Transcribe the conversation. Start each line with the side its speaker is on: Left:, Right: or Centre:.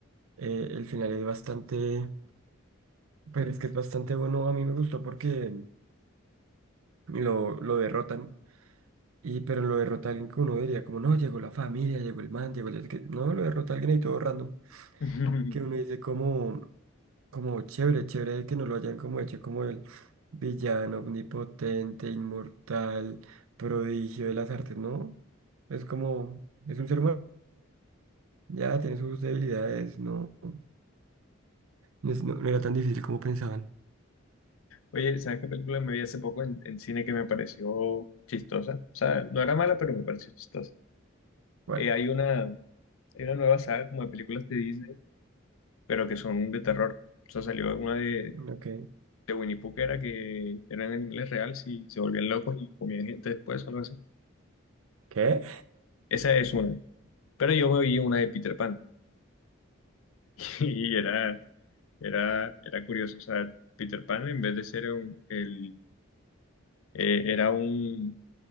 Right: eh, el final es bastante... Pero es que es bastante bueno. A mí me gustó porque lo, lo derrotan. Y, pero lo derrota alguien que uno diría como, no, llegó la familia, llegó el man, llegó el... no sé qué". No, lo derrota alguien ahí todo random.
Left: <laughs>
Right: Que uno dice como... como chévere, chévere que no lo hayan como hecho como el villano omnipotente, inmortal, prodigio de las artes, ¿no? Es como, es un ser humano, ya tiene sus debilidades, no, no, es- no- no era tan difícil como pensaban.
Left: Oye, ¿sabes qué película me vi hace poco en, en cine que me pareció chistosa? O sea, no era mala, pero me pareció chistosa.
Right: ¿Cuál?
Left: Eh, hay una, hay una nueva saga como de películas de Disney, pero que son de terror. O sea, salió una de,
Right: Ok.
Left: de Winnie Pooh que era que eran animales reales y se volvían locos y comían gente después o algo así.
Right: ¿Qué?
Left: Esa es una. Pero yo me vi una de Peter Pan <laughs> y era, era, era curioso. O sea, Peter Pan en vez de ser un, el, eh, era un,